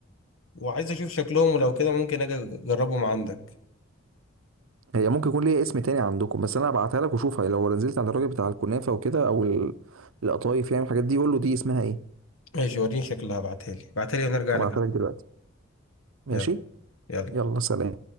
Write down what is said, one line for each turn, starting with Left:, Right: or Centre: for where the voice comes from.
Left: وعايز اشوف شكلهم ولو كده ممكن اجي اجربهم عندك
Right: هي ممكن يكون ليها اسم تاني عندكم بس انا هبعتها لك وشوفها لو نزلت عند الراجل بتاع الكنافه وكده او ال- القطايف يعني الحاجات دي قول له دي اسمها ايه
Left: ماشي وريني شكلها ابعتها لي ابعتها لي ونرجع
Right: هبعتها
Left: نكمل
Right: لك دلوقتي ماشي
Left: يلا يلا
Right: يلا سلام